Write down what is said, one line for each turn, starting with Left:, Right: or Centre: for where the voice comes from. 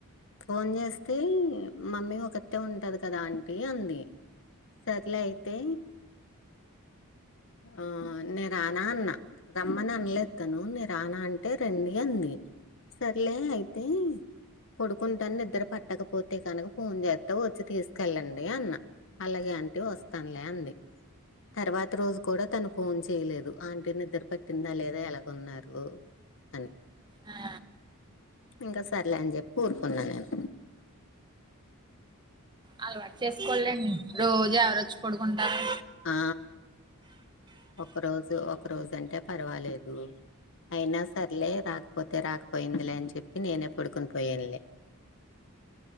Left: ఫోన్ చేస్తే మమ్మీ ఒకతే ఉంటది కదా ఆంటీ అంది సర్లే అయితే ఆ నే రానా అన్న రమ్మ న అనలేదు తను నేను రానా అంటే రండి అంది సర్లే అయితే పడుకుంటాను నిద్ద్ర పట్టకపోతే కనుక ఫోన్ చేస్తా వచ్చి తీసుకెళ్ళండి అన్న అలాగే ఆంటి వస్తానులే అంది తర్వాత రోజు కూడా తను ఫోన్ చేయలేదు ఆంటీ నిద్ర పట్టిందా లేదా ఎలాగన్నారు అని
Right: ఆ
Left: ఇంకా సర్లే అని చెప్పి ఊరుకున్నా నేను
Right: అలవాటు చేసుకోవలేండి రోజు ఎవరొచ్చి పడుకుంటారూ
Left: ఆ ఒక రోజు ఒక రోజు అంటే పర్వాలేదు అయినా సర్లే రాకపోతే రాకపోయిందిలే అని చెప్పి నేనే పడుకుని పోయానులే